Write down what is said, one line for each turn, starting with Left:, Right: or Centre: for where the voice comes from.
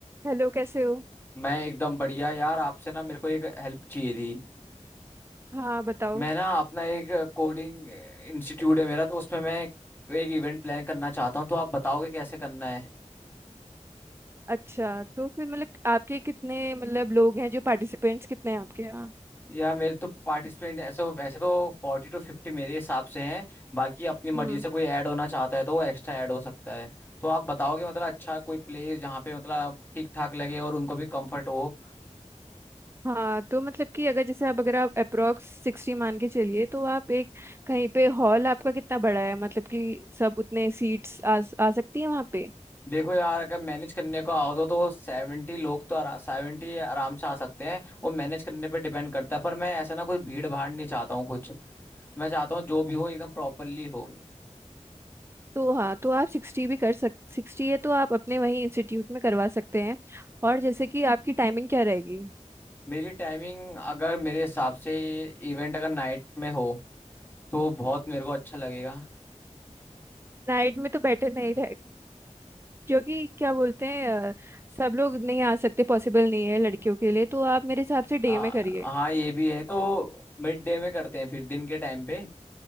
Right: Hello कैसे हो
Left: मैं एकदम बढ़िया यार आपसे ना मेरे को एक हेल्प चाहिए थी
Right: हाँ बताओ
Left: मैं ना अपना एक कोडिंग इंस्टीट्यूट है मेरा तो उसमें मैं एक इवेंट प्लान करना चाहता हूँ तो आप बताओगे कैसे करना है
Right: अच्छा तो फिर मतलब आपके कितने मतलब लोग हैं जो पार्टिसिपेंट्स कितने हैं आपके यहाँ
Left: या मेरे तो पार्टिसिपेंट ऐसे तो, वैसे तो फोर्टी टू फिफ्टी मेरे हिसाब से हैं बाकी अपनी मर्जी
Right: हम्म
Left: से कोई ऐड होना चाहता है तो वो एक्स्ट्रा ऐड हो सकता है तो आप बताओगे मतलब अच्छा कोई प्लेस जहाँ पे मतलब ठीक ठाक लगे और उनको भी कंफर्ट हो
Right: हाँ तो मतलब कि अगर जैसे आप अगर आप अप्रोक्स सिक्सटी मान के चलिए तो आप एक कहीं पे हॉल आपका कितना बड़ा है मतलब कि सब उतने सीट्स आ, आ सकती है वहाँ पे
Left: देखो यार अगर मैनेज करने को आओ तो तो सेवेंटी लोग तो आरा, 70 आराम से आ सकते हैं वो मैनेज करने पे डिपेंड करता है पर मैं ऐसा ना कोई भीड़ भाड़ नहीं चाहता हूँ कुछ मैं चाहता हूँ जो भी हो एकदम प्रॉपरली हो
Right: तो हाँ तो आप सिक्सटी भी कर सक सिक्सटी है तो आप अपने वहीं इंस्टीट्यूट में करवा सकते हैं और जैसे कि आपकी टाइमिंग क्या रहेगी
Left: मेरी टाइमिंग अगर मेरे हिसाब से इवेंट अगर नाइट में हो तो बहुत मेरे को अच्छा लगेगा
Right: नाइट में तो बेटर नहीं क्योंकि क्या बोलते हैं अ, सब लोग नहीं आ सकते पॉसिबल नहीं है लड़कियों के लिए तो आप मेरे हिसाब से डे
Left: आ,
Right: में करिए
Left: हाँ ये भी है तो मिड डे में करते हैं फिर दिन के टाइम पे